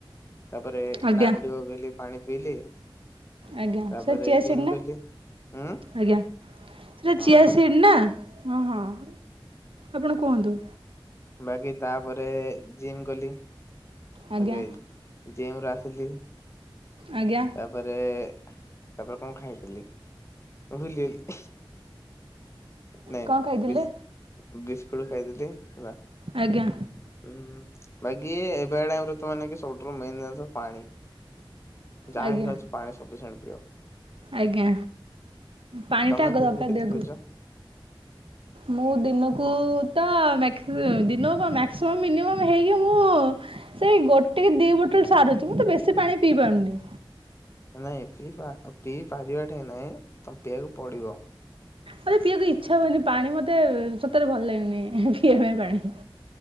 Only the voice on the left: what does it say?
ତାପରେ
ନାଣ୍ଡି ବଗୁଲୀ ପାଣି ପିଇଲି।
ତାପରେ
ଜିମ୍
ଗଲି। ଉଁ
ହଁ
ବାକି ତାପରେ ଜିମ୍ ଗଲି।
ଏବେ ଆଇ ଜିମ୍ ରୁ ଆସିଲି।
ତାପରେ ତାପରେ କଣ ଖାଇଥିଲି ଭୁଲିଗଲି ହିଁ। ନାଇଁ
ବି ବି <unintelligible> ଖାଇଥିଲି। ହେଲା
ହୁଁ ମ୍ୟାଗି <unintelligible> ସବୁୁଠୁ ମେନ ଜିନିଷ ପାଣି। ଯାହା
ବିି ଖାଉଛି ପାଣି ସବୁ। ସେମିତି ଆଉ।
ତମେ
ଫିର
ବି କେତେ
ପିଉଛ?
ନାଇଁ ପିଇ ପିଇ ପାରିବା ଟା ନାଇଁ ତମ ପିଇବାକୁ ପଡିବ